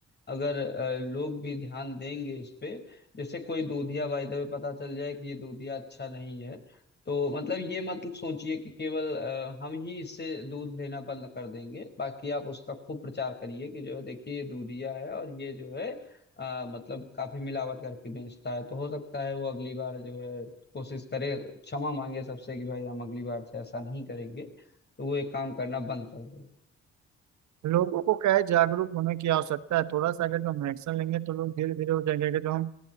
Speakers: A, on the left; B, on the right.
A: अगर अ, लोग भी ध्यान देंगे इस पे जैसे कोई दूधिया बाय द वे पता चल जाए कि ये दूधिया अच्छा नहीं है तो मतलब ये मतलब सोचिए कि केवल अ, हम ही इससे दूध लेना बंद कर देंगे बाकी आप उसका खूब प्रचार करिए कि जो है देखिए ये दूधिया है और ये जो है अ, मतलब काफी मिलावट करके बेचता है तो हो सकता है वो अगली बार जो है कोशिश करे क्षमा मांगे सबसे कि भाई हम अगली बार से ऐसा नहीं करेंगे तो वो एक काम करना बंद कर दे
B: लोगों को क्या है जागरूक होने की आवश्यकता है थोड़ा सा अगर जो हम एक्शन लेंगे तो लोग धीरे धीरे हो जाएंगे अगर जो हम